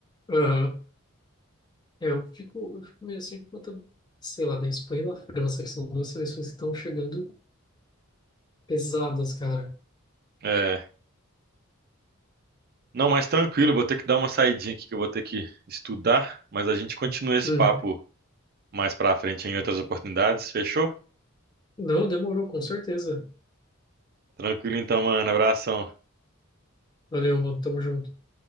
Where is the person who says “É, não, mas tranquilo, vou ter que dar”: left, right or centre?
Right